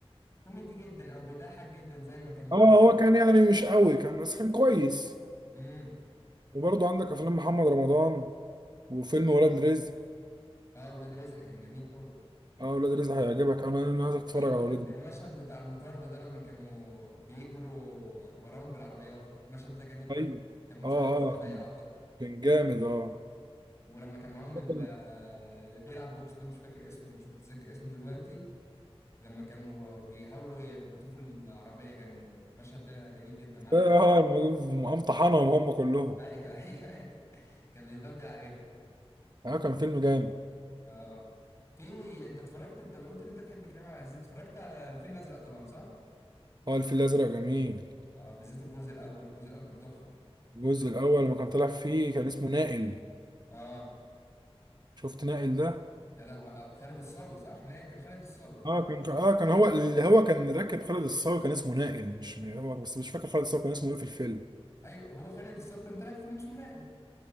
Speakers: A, on the left; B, on the right.
A: كوميدي جدا او بيضحك جدا زي ما كان
B: اه
A: مطلوب
B: هو كان يعني مش قوي كان بس كان كويس
A: امم
B: وبرضه عندك افلام محمد رمضان وفيلم ولاد رزق
A: اه ولاد رزق كان جميل قوي
B: اه ولاد رزق هيعجبك انا انا عايزك تتفرج
A: في ال-
B: على ولاد رزق
A: المشهد بتاع المطار ده, ده لما كانوا بيجروا وراهم بالعربيات المشهد ده جميل جدا
B: ايوه
A: كان متصور
B: اه
A: في السعوديه
B: اه كان
A: اعتقد
B: كان جامد اه
A: ولما كان معاهم ال-
B: كان-
A: اللي بيلعب بوكس ده مش فاكر اسمه مش متذكر اسمه دلوقتي لما كانوا بيحاولوا يربطوه في العربية كان المشهد ده جميل جدا على
B: اه
A: ما
B: مقمطحنهم هم كلهم
A: ايوه ايوه <laughs> كان بيتبدل عليهم
B: اه كان فيلم جامد
A: اه في انت اتفرجت انت قلت ان انت تحب كريم عبد العزيز اتفرجت على الفيل الازرق طبعا صح؟
B: اه الفيل الازرق جميل
A: اه بالذات الجزء الاول الجزء الاول كان تحفة
B: الجزء الاول لما كان طالع فيه كان اسمه نائل
A: اه
B: شفت نائل ده
A: يا لهوي آه، خالد الصاوي صح؟ نائل كان خالد الصاوي
B: اه كان اه كان هو اللي هو كان راكب خالد الصاوي كان اسمه نائل مش هو بس مش فاكر خالد الصاوي كان اسمه ايه في الفيلم
A: ايوه هو خالد الصاوي كان طالع في فيلم اسمه نائل